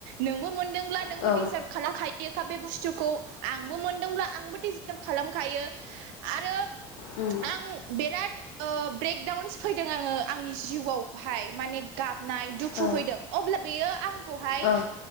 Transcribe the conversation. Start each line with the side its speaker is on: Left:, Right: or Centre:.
Right: नोंबो मोनदोंब्ला नोंबो
Left: औ
Right: दिजार्भ खालामखायो बे बुस्थुखौ आंबो मोनदोंब्ला आंबो डिजार्भ खालामखायो आरो
Left: उम
Right: आं बिराद ब्रेकडाउन्स फैदों आङो आंनि जिउआवहाय माने गाबनाय दुखु
Left: औ
Right: फैदों अब्ला बेयो आंखौहाय
Left: औ